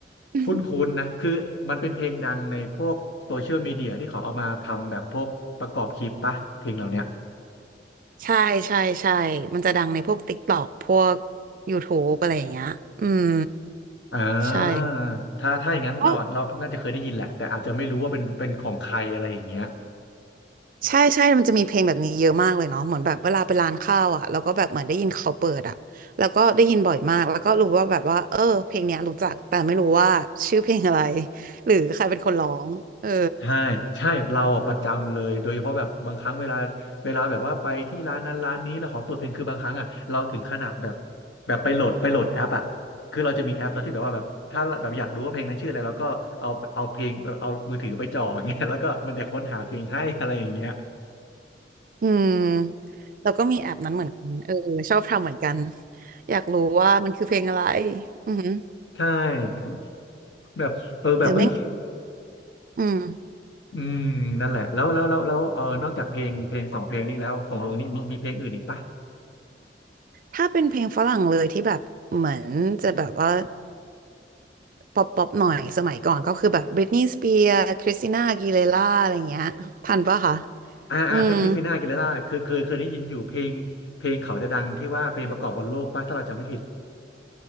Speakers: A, on the right; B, on the left.
A: <laughs> อืม
B: คุณคุณนะคือมันเป็นเพลงดังในพวกโซเชียลมีเดียที่เขาเอามาทำแบบพวกประกอบคลิปปะเพลงเหล่าเนี้ย
A: ใช่ใช่ใช่มันจะดังในพวก TikTok พวก YouTube อะไรอย่างเงี้ยอืม
B: อ่า
A: ใช่
B: ถ้าถ้าอย่างนั้นเราเราน่าจะเคยได้ยินแหละ
A: ก็
B: แต่อาจจะไม่รู้ว่าเป็นเป็นของใครอะไรอย่างเงี้ย
A: ใช่ใช่ มันจะมีเพลงแบบนี้เยอะมากเลยเนาะเหมือนแบบเวลาไปร้านข้าวอ่ะแล้วก็แบบเหมือนได้ยินเขาเปิดอ่ะแล้วก็ได้ยินบ่อยมากแล้วก็รู้ว่าแบบว่าเออเพลงเนี้ยรู้จักแต่ไม่รู้ว่าชื่อเพลงอะไร <laughs> หรือใครเป็นคนร้องเออ
B: ใช่ใช่เราอ่ะประจำเลยโดยเฉพาะแบบบางครั้งเวลาเวลาแบบว่าไปที่ร้านนั้นร้านนี้แล้วขอเปิดเพลงคือบางครั้งอ่ะเราถึงขนาดแบบแบบไปโหลดไปโหลดแอปอ่ะคือเราจะมีแอปแล้วที่แบบว่าแบบถ้าแบบอยากรู้ว่าเพลงนั้นชื่ออะไรเราก็เอาเอาเพลงเอ่อเอามือถือไปจ่ออย่างเงี้ยแล้วก็มันจะค้นหาเพลงให้ <laughs> อะไรอย่างเงี้ย
A: อืมแล้วก็มีแอปนั้นเหมือนกันเออชอบทำเหมือนกันอยากรู้ว่ามันคือเพลงอะไรอือหือ
B: ใช่คือแบบเออแบบเฮ้ย
A: หรือไม่อืม
B: อืมนั่นแหละแล้วแล้วแล้วแล้วเออนอกจากเพลงเพลงสองเพลงนี้แล้วของวงนี้มีมีเพลงอื่นอีกปะ
A: ถ้าเป็นเพลงฝรั่งเลยที่แบบเหมือนจะแบบว่า ป๊อปป๊อปหน่อยสมัยก่อนก็คือแบบบริตนี y s สเปียร์คริสติน่าอากีเลร่าอะไรเงี้ยทันปะคะ
B: อ่าอ่าถ้าคริสติน่าอากิเลร่าเคยเคยเคยได้ยินอยู่เพลงเพลงเขาจะดังที่ว่าเพลงประกอบบอลโลกป่ะถ้าเราจำไม่ผิด
A: อืม